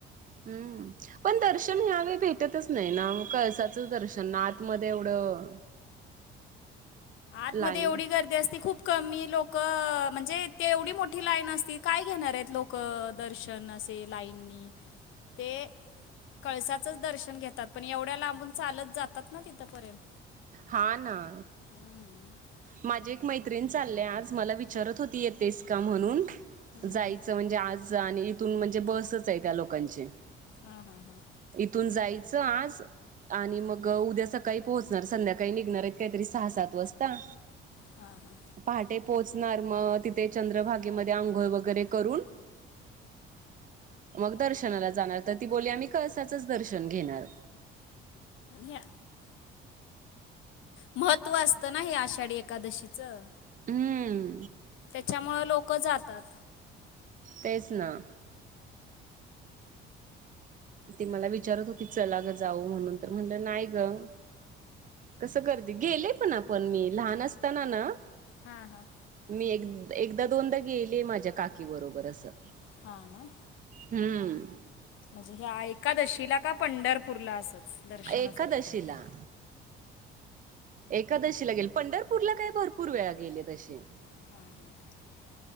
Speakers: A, on the right; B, on the left.
A: हम्म. पण दर्शन ह्यावेळी भेटतच नाही ना, कळसाचं दर्शन आतमध्ये एवढं.
B: आंतमध्यें
A: लाईन
B: एवढी
A: ला
B: गर्दी असती खूंप कमी लोकं म्हणजे ते एवढी मोठी लाईन असती कायं घेणारं आहेतं लोकं दर्शन असे लाईंनी ते कळसाचंच दर्शन घेतांत पणं एवढ्यां लांबूंन चालतं जातांत नां तिथंपर्यंत
A: हां नां
B: हम्मं
A: माझे एक मैत्रीण चालले आंज मलां विचारतं होती येतेस कां म्हणूंन
B: हम्म, हम्म.
A: जायचं म्हणजे आंज आणि इथूंन म्हणजे बसचं आहे त्यां लोकांची
B: हां हां हां
A: इथूंन जायचं आंज आणि मंग उद्यां सकाळीं पोहोचणारं संध्याकाळी कांहीं निघणारं आहेतं कांहीं तरी सहा सात वाजतां
B: हां हां
A: पहाटे पोहोचणारं मंग तिथे चंद्रभागेमध्यें आंघोळ वगैरें करूंन मंग दर्शनांला जाणारं तरं ती बोलली आम्हीं कडसांचचं दर्शन घेणारं
B: आणि महत्त्वं असतंना हे आषाढी एकादशीचं
A: हम्मं
B: त्यांच्यामुळे लोकं जातांत
A: तेचं नां ती मलां विचारतं होती चलां गं जाऊं म्हणूंन तरं म्हटलं नाहीं गं कसं करते गेले पणं आपणं मी लहांन असतांना नां
B: हां हां
A: मी एक एकदाचं दोनदा चं गेलिये माझ्यां काकी बरोबर असं.
B: हां नां.
A: हम्मं.
B: म्हणजे ह्यां एकादशीला कां पंढरपूरला असंच दर्शनांसाठी
A: एकादशीला
B: फक्तं.
A: एकादशीला गेले, पंढरपूरला कायं भरंपूर वेळां गेले तशी.
B: हम्मं